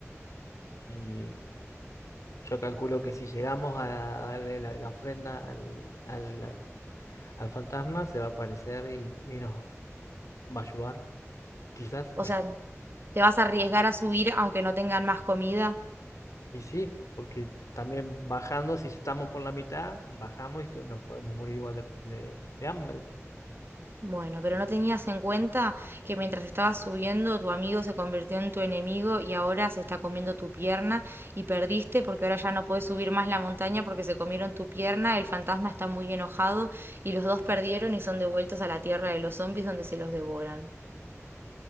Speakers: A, on the left; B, on the right.
A: Y Yo calculo que si llegamos a darle la, la ofrenda al, al- al fantasma, se va a aparecer y, y nos va a ayudar, quizás.
B: O
A: <laughs>
B: sea, te vas a arriesgar a subir aunque no tengan más comida.
A: Y sí, porque t- también bajando, si estamos por la mitad, bajamos y que nos podemos morir igual de, de- de hambre.
B: Bueno, pero no tenías en cuenta que mientras estabas subiendo, tu amigo se convirtió en tu enemigo y ahora se está comiendo tu pierna y perdiste porque ahora ya no puedes subir más la montaña porque se comieron tu pierna, el fantasma está muy enojado y los dos perdieron y son devueltos a la tierra de los zombies donde se los devoran.